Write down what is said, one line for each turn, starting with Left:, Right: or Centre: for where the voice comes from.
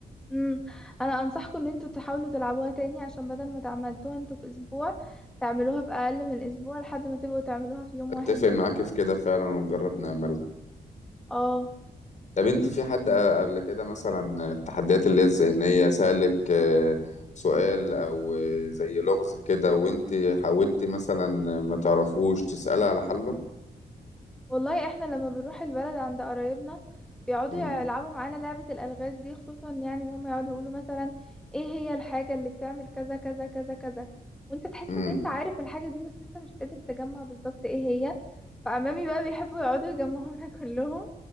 Centre: امم انا انصحكم ان انتوا تحاولوا تلعبوها تاني عشان بدل ما تعملتوها انتوا في اسبوع تعملوها في اقل من اسبوع لحد ما تبقوا تعملوها في يوم
Left: اتفق
Centre: واحد بس
Left: معاك في كده فعلا ونجرب نعملها
Centre: اه
Left: طب انت في حد قبل كده مثلا التحديات اللي هي الذهنية سألك آه، سؤال او آه، زي لغز كده وانت حاولتي مثلا ما تعرفوش تسألي على حله
Centre: والله احنا لما بنروح البلد عند قرايبنا بيقعدوا
Left: امم
Centre: يلعبوا معانا لعبة الالغاز دي خصوصا يعني ان هم يقعدوا يقولوا مثلا ايه هي الحاجة اللي بتعمل كذا كذا كذا كذا وانت تحس
Left: امم
Centre: ان انت عارف الحاجة دي بس انت مش قادر تجمع بالظبط ايه هي فعمامي بقى بيحبوا يقعدوا يجمعونا <laughs> كلهم